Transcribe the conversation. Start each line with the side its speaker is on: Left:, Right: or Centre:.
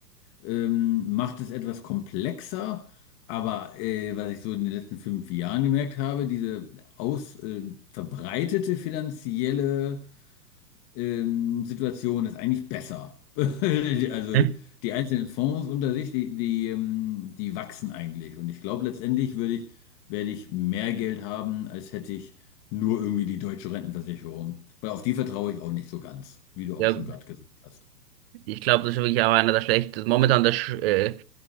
Left: ähm, macht es etwas komplexer. Aber äh, was ich so in den letzten fünf Jahren gemerkt habe, diese aus, äh, verbreitete finanzielle ähm, Situation ist eigentlich besser. <laughs> Also
Right: Hm?
Left: die einzelnen Fonds unter sich, die, die, ähm, die wachsen eigentlich. Und ich glaube, letztendlich würde ich, werde ich mehr Geld haben, als hätte ich nur irgendwie die deutsche Rentenversicherung. Weil auf die vertraue ich auch nicht so ganz, wie du
Right: ja,
Left: auch schon gerade gesagt hast.
Right: ich glaube, das ist wirklich auch einer der schlechtesten, momentan der sch- äh,